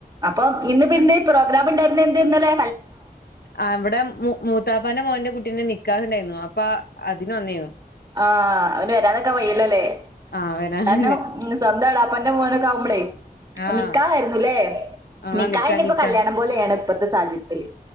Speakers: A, on the right; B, on the left.
A: അപ്പൊ ഇന്ന് പിന്നെ പ്രോഗ്രാം ഉണ്ടായിരുന്ന എന്ത് ഇന്നല്ലെ
B: ആഹ് ഇവിടെ മൂ മൂത്താപ്പന്റെ മോന്റെ കുട്ടീന്റെ നിക്കാഹുണ്ടായിരുന്നു അപ്പ അതിന് വന്നായിരുന്നു
A: ആഹ് അവന് വരാതൊക്കൻ വയ്ല്ലല്ലേ
B: ആഹ് വരാന്
A: കാരണം ഇന്ന് സ്വന്തം ഇളയപ്പന്റെ മോനോക്കേ ആകുമ്പളെ
B: ആഹ്
A: നിക്കായിരുന്നുല്ലേ
B: ആഹ്
A: നിക്കാഹ്
B: നിക്കാ
A: നി
B: നിക്കാ
A: ഇപ്പോ കല്യാണം പോലെയാണ് ഇപ്പഴത്തെ സാഹചര്യത്തില്